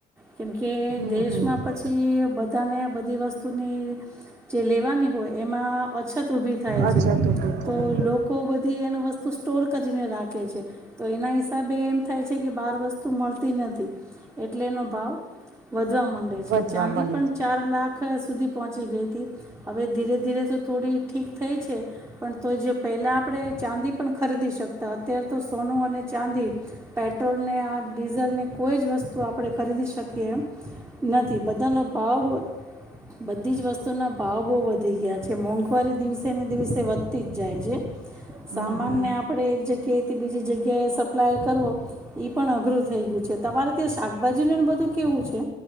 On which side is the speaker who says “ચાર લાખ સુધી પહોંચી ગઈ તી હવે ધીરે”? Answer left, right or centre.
Right